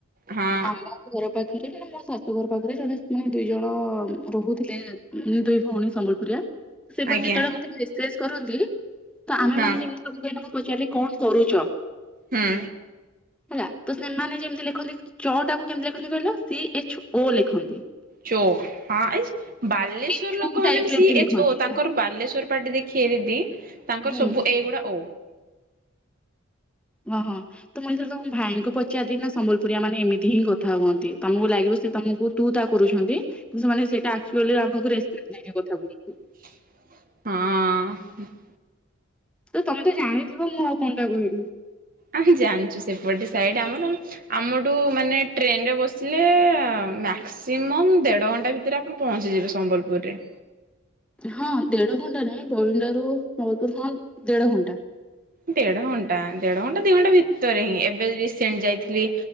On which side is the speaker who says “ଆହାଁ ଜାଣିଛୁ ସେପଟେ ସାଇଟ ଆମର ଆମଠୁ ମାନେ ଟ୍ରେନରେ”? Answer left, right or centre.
Right